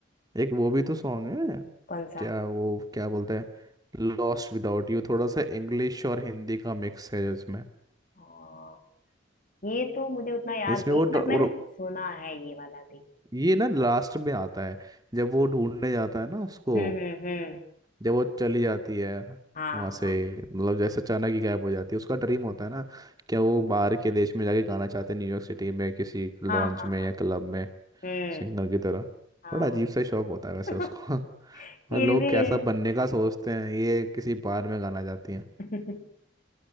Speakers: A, on the right (about 20°); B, on the left (about 45°).
A: एक वो भी तो सॉन्ग है
B: कौन सा
A: क्या वो क्या बोलते हैं लॉस्ट विदाउट यू थोड़ा सा इंग्लिश और हिंदी का मिक्स है इसमें
B: और ये तो मुझे उतना याद
A: इसमें
B: नहीं
A: वो ड-
B: बट
A: और
B: मैंने सुना है ये वाला भी
A: ये ना लास्ट में आता है जब वो ढूंढने जाता है ना उसको
B: हम्म हम्म हम्म
A: जब वो चली जाती है
B: हाँ
A: वहां से
B: हाँ
A: मतलब जैसे अचानक ही गायब हो जाती है उसका ड्रीम होता है ना क्या वो बाहर के देश में जाके गाना चाहते हैं न्यूयॉर्क सिटी में किसी लॉन्च
B: हाँ हाँ
A: में
B: हाँ
A: या क्लब में
B: हम्म
A: सिंगर की तरह
B: हाँ
A: बड़ा अजीब सा शौक होता है वैसे
B: <laughs>
A: उसको <laughs> पर
B: ये
A: लोग
B: भी
A: कैसा
B: है
A: बनने का सोचते हैं ये किसी बार में गाना जाती है
B: <laughs>